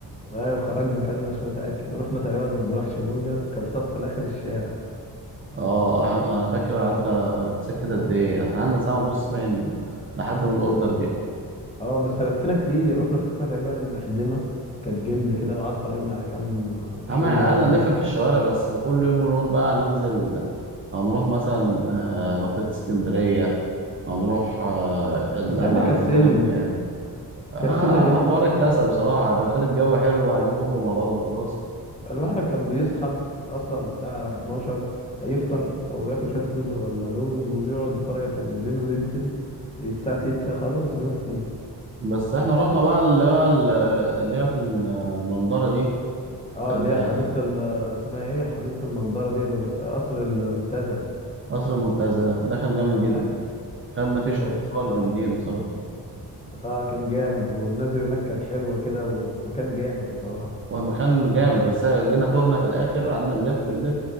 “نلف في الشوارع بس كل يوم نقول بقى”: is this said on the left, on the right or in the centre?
Right